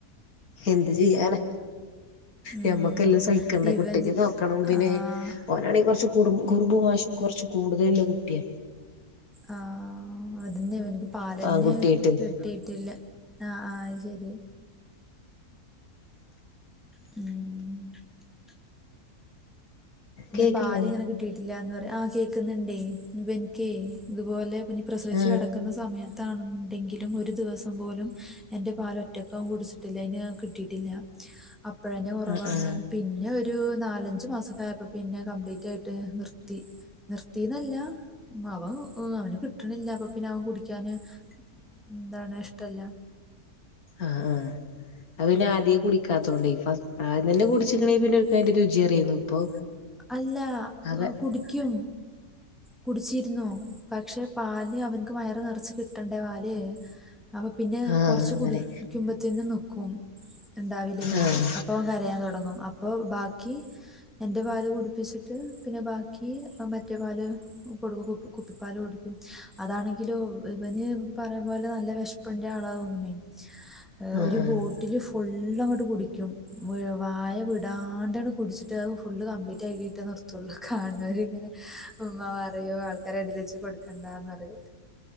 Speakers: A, on the left; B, in the centre.
A: എന്ത് ചെയ്യാന
B: ഉം
A: ഞമ്മക്കെല്ലാം സഹി കണ്ടെ
B: ഇവനിക്ക്
A: കുട്ടിനിം നോക്കണം പിന്നെ
B: ആഹ്
A: ഒനാണെങ്കിൽ കുറച്ച് കു കുറുമ്പും വാശിം കുറച്ച് കൂടുതലുള്ള കുട്ടിയ.
B: ആഹ് അതന്നെ ഇവൻക്‌ പാലെന്നെ
A: ആൺകുട്ടിയായിട്ട്
B: കിട്ടിയിട്ടില്ല ആ ആ അയ് ശെരി. ഉം
A: കേക്കില്ലേ
B: പാല് ഇങ്ങനെ കിട്ടിയിട്ടില്ലന്ന് പറയാ ആഹ് കേൾക്കുന്നുണ്ടേ ഇവൻക്കെയ് ഇതുപോലെ പ്രസവിച്ചച്ച്
A: ആഹ്
B: കിടക്കുന്ന സമയത്ത്. ങ്കിലും ഒരു ദിവസം പോലും എന്റെ പാൽ ഒറ്റക്കവൻ കുടിച്ചിട്ടില്ല അതിന് അത് കിട്ടിയിട്ടില്ല. അപ്പഴന്നെ കുറവാണ്
A: ആഹ് ആഹ്
B: പിന്നെ ഒരു നാലഞ്ചു മാസക്ക ആയ പിന്നെ കംപ്ലീറ്റ് ആയിട്ട് നിർത്തി നിർത്തിന്നല്ല അവൻ അവന് കിട്ടണ ഇല്ല അപ്പൊ പിന്നെ അവൻ കുടിക്കാന് എന്താണ് ഇഷ്ടല്ല.
A: ആഹ് ആഹ് അത് പിന്നെ ആദ്യേ കുടിക്കാത്തോണ്ടേ ഫസ്റ്റ് ആദ്യം തന്നെ കുടിച്ചിക്കണെ പിന്നെ ഓൽകതിന്റെ രുചി അറിയുന്നു ഇപ്പൊ
B: അല്ല
A: അതെ
B: കുടിക്കും. കുടിച്ചിരുന്നു പക്ഷെ പാല് അവൻക്ക് വയറ് നിറച്ച് കിട്ടണ്ടേ പാല്. അപ്പം പിന്നെ
A: ആഹ്
B: കൊറച്ച്
A: അങ്ങനെ
B: കുടിക്കുമ്പത്തേന്നും നിക്കും. ഉണ്ടാവില്ലേ പിന്നെ
A: ആഹ്
B: അപ്പം ഓൻ കരയാൻ തുടങ്ങും അ പ്പെ ബാക്കി എന്റെ പാല് കുടിപ്പിച്ചിട്ട് പിന്നെ ബാക്കി ആ മറ്റേ പാല് കൊടുക്കും കുപ്പിപ്പാൽ കുടിക്കും അതാണെങ്കിലും ഇവന് പറയും പോലെനല്ല വിഷപ്പ് <unintelligible>
A: ആഹ്
B: ഒരു
A: ആഹ്
B: ബോട്ടിൽ ഫുള്ള് ഫുള്ള് അങ്ങോട്ട് കുടിക്കും വായ വിടാണ്ട് കുടിച്ചിട്ട് ഔ ഫുൾ കംപ്ലീറ്റ് ആയി കഴിഞ്ഞിട്ടേ നിർത്തൊള്ളൂ കാണുന്നവര് ഇങ്ങനെ ഉമ്മാ പറയോ ആൾക്കാരെ ഇടിയിൽ വെച്ച് കൊടുക്കണ്ട. എന്നത്